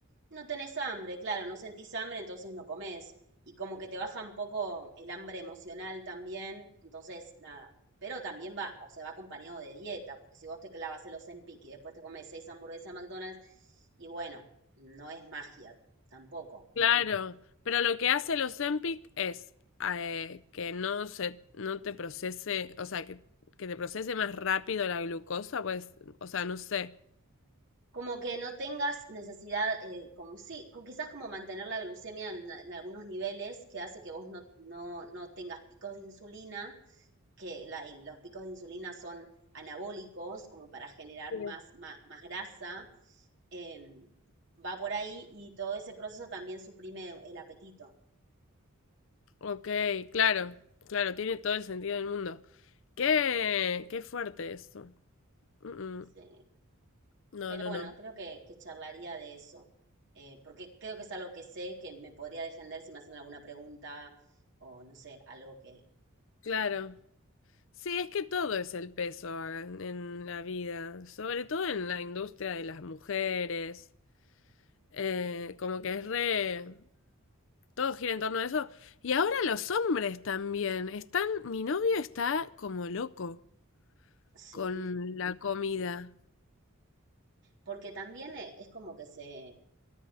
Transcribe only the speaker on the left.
Claro, pero lo que hace el Ozempic es eh, que no se, no te procese, o sea, que, que te procese más rápido la glucosa, pues, o sea, no sé.
Sí.
Ok, claro, claro, tiene todo el sentido del mundo. Qué, qué fuerte eso. Mm,
mm. No,
no,
no.
Claro. Sí, es que todo es el peso a- en la vida, sobre todo en la industria de las mujeres. Eh, como que es re... Todo gira en torno a eso. Y ahora los hombres también. Están, mi novio está como loco
con la comida.